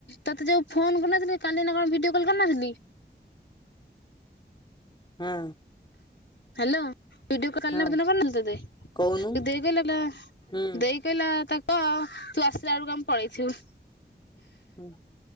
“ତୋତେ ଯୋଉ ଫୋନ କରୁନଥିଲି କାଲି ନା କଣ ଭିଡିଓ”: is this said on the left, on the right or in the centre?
Left